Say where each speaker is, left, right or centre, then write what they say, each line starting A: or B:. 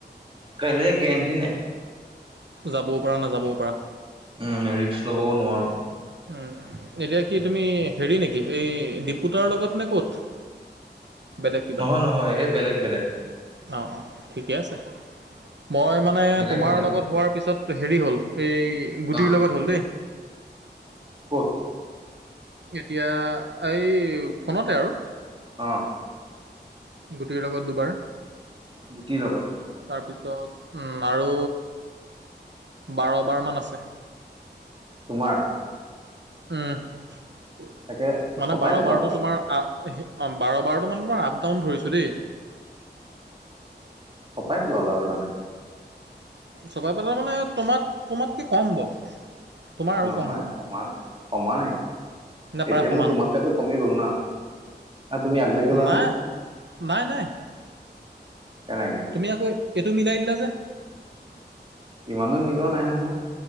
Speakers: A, on the right (about 30°); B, on the right (about 80°).
A: কাইলৈ গেৰেণ্টি নাই।
B: যাবও পাৰা নাযাবও পাৰা।
A: উম ৰিক্স ল'বও নোৱাৰোঁ।
B: উম এতিয়া কি তুমি হেৰি নেকি? এই দিপুতৰ লগত নে ক'ত? বেলেগ কিবা?
A: নহয় নহয় এই বেলেগ বেলেগ।
B: অ অ ঠিকে আছে। মই ম মানে
A: বেলেগ
B: তোমাৰ
A: বেলেগ
B: লগত হোৱাৰ পিছত হেৰি হ'ল, এই গুটিৰ
A: অ
B: লগত হ'ল দেই।
A: ক'ত?
B: এতিয়া এই ফোনতে আৰু
A: অ।
B: গুটিৰ লগত দুবাৰ
A: গুটিৰ লগত?
B: তাৰপিছত উম আৰু বাৰ বাৰমান আছে।
A: তোমাৰ?
B: উম
A: তাকে
B: মানে
A: চপাই
B: বাৰ
A: পেলালা
B: বাৰতো
A: আৰু
B: তোমাৰ আ অ বাৰ বাৰটো মানে তোমাৰ আপ ডাউন ধৰিছোঁ দেই।
A: চপাই পেলালা আৰু তাৰনে
B: চপাই পেলালা মানে তোমাত তোমাত কে কম হ'ব। তোমাৰ আৰু
A: নহয়
B: কম হ'ব
A: সমান সমানেই।
B: নে প্ৰায়
A: এতিয়া
B: সমান
A: মোৰ তোমাতকে কমি গ'ল না। অ তুমি আগবাঢ়ি গ'লা
B: নাই
A: নহয়।
B: নাই নাই।
A: কেনেকে?
B: তুমি আকৌ এইটো মিলাই দিলা যে?
A: ইমানো মিলোৱা নাই নহয়।